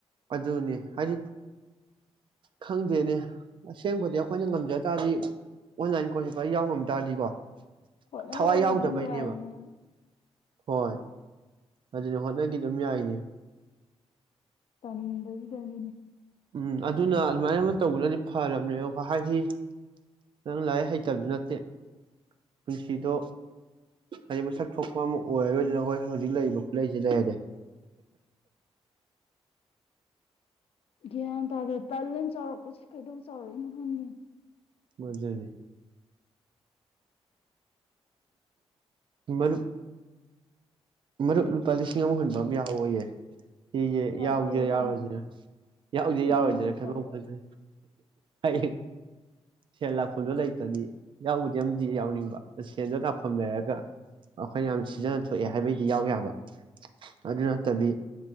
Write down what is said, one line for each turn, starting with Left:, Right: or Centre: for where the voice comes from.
Right: ꯑꯗꯨꯅꯦ ꯍꯥꯏꯗꯤ ꯈꯪꯗꯦꯅꯦ ꯑꯁꯦꯡꯕꯗꯤ ꯑꯩꯈꯣꯏꯅ ꯉꯝꯖ ꯇꯥꯔꯗꯤ ꯑꯣꯟꯂꯥꯏꯟ ꯀꯣꯔꯁ ꯐꯔ ꯌꯥꯎ ꯉꯝ ꯇꯥꯔꯗꯤꯀꯣ
Left: ꯍꯣꯠꯅꯒꯦꯗꯤ
Right: ꯊꯋꯥꯏ ꯌꯥꯎꯗꯕꯩꯅꯦꯕ
Left: ꯑꯗꯨꯝ ꯌꯥꯏꯅꯦ
Right: ꯍꯣꯏ ꯑꯗꯨꯅ ꯍꯣꯠꯅꯈꯤ ꯑꯗꯨꯝ ꯌꯥꯏꯅꯦ
Left: ꯇꯝꯕꯗꯤꯗꯅꯤꯅꯦ
Right: ꯎꯝ ꯑꯗꯨꯅ ꯑꯗꯨꯃꯥꯏꯅ ꯑꯃ ꯇꯧꯕꯅꯗꯤ ꯐꯔꯕꯅꯦ ꯍꯥꯏꯗꯤ ꯅꯪ ꯂꯥꯏꯔꯤꯛ ꯍꯩꯇꯕꯗꯨ ꯅꯠꯇꯦ ꯄꯨꯟꯁꯤꯗꯣ ꯍꯥꯏꯗꯤ ꯃꯁꯛ ꯊꯣꯛꯄ ꯑꯃ ꯑꯣꯏꯔꯔꯣꯏꯗꯅ ꯑꯩꯈꯣꯏ ꯍꯧꯖꯤꯛ ꯂꯩꯔꯤꯕ ꯈꯨꯠꯂꯩꯁꯤꯗ ꯂꯩꯔꯔꯦ
Left: ꯒ꯭ꯌꯥꯟ ꯇꯥꯔꯗꯤ ꯇꯂꯅ ꯆꯥꯎꯔꯛꯄꯁꯦ ꯀꯩꯗꯧ ꯆꯥꯎꯔꯛꯏꯅꯣ ꯈꯪꯒꯤ
Right: ꯃꯖꯦ ꯃꯔꯗꯨ ꯃꯔꯨꯞ ꯂꯨꯄꯥ ꯂꯤꯁꯤꯡ ꯑꯃꯨꯛ ꯍꯨꯟꯕ ꯑꯃ ꯌꯥꯎꯌꯦ ꯁꯤꯁꯦ
Left: ꯌꯥꯎꯁꯜꯂꯨ
Right: ꯌꯥꯎꯁꯦ
Left: ꯀꯩꯅꯣ
Right: ꯌꯥꯎꯔꯣꯏꯗꯔ ꯌꯥꯎꯁꯦ
Left: ꯄꯨꯟꯁꯤ
Right: ꯌꯥꯎꯔꯣꯏꯗꯔꯥ
Left: ꯑꯃꯈꯛꯇꯕꯨ
Right: ꯈꯟꯐꯝ ꯈꯪꯗ꯭ꯔꯦ ꯍꯌꯦ ꯁꯦꯟ ꯂꯥꯛꯐꯝꯗꯣ ꯂꯩꯇ꯭ꯔꯗꯤ ꯌꯥꯎꯕꯗꯤ ꯑꯃꯗꯤ ꯌꯥꯎꯅꯤꯡꯕ ꯁꯦꯟꯗꯣ ꯂꯥꯛꯐꯝ ꯂꯩꯔꯒ ꯑꯩꯈꯣꯏꯅ ꯌꯥꯝ ꯁꯤꯖꯟꯅ ꯊꯣꯛꯑꯦ ꯍꯥꯏꯕꯩꯗꯤ ꯌꯥꯎ ꯌꯥꯕ ꯑꯗꯨ ꯅꯠꯇꯕꯤ